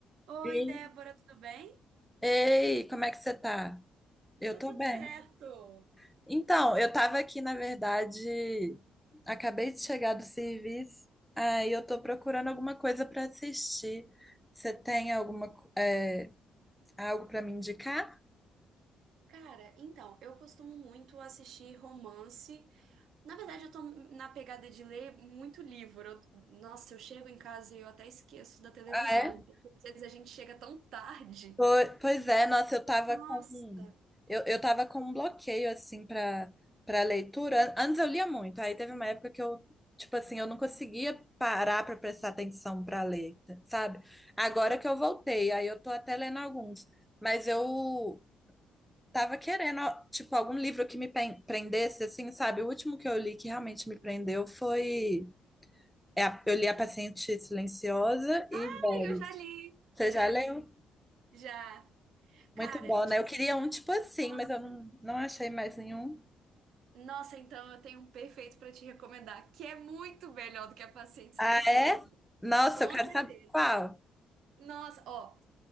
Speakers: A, on the right; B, in the centre.
A: Oi,
B: Sim.
A: Débora, tudo bem?
B: Ei, como é que você tá? Eu
A: Tô
B: tô
A: tudo
B: bem.
A: certo.
B: Então, eu tava aqui, na verdade, acabei de chegar do serviço, aí eu tô procurando alguma coisa pra assistir. Você tem alguma, co- é, algo pra me indicar?
A: Cara, então, eu costumo muito assistir romance. Na verdade, eu tô na pegada de ler muito livro. Eu- nossa, eu chego em casa e eu até esqueço da televisão,
B: Ah, é?
A: porque às vezes a gente chega tão tarde.
B: Po- Pois é, nossa, eu tava
A: Nossa.
B: com um, eu, eu tava com um bloqueio assim para para leitura. An- Antes eu lia muito, aí teve uma época que eu tipo assim, eu não conseguia parar para prestar atenção para ler, sabe? Agora que eu voltei, aí eu tô até lendo alguns, mas eu tava querendo tipo algum livro que me pen- prendesse assim, sabe? O último que eu li que realmente me prendeu foi é, a- eu li A Paciente Silenciosa
A: Ai,
B: e Veres.
A: eu já li.
B: Você
A: Eu já
B: já leu?
A: li. Já.
B: Muito
A: Cara,
B: bom,
A: tipo
B: né? Eu
A: assim,
B: queria um tipo assim,
A: nossa.
B: mas eu não, não achei mais nenhum.
A: Nossa, então eu tenho um perfeito pra te recomendar, que é muito melhor do que a Paciente Silenciosa.
B: Ah, é? Nossa,
A: Com
B: eu quero
A: certeza.
B: saber qual.
A: Nossa, ó.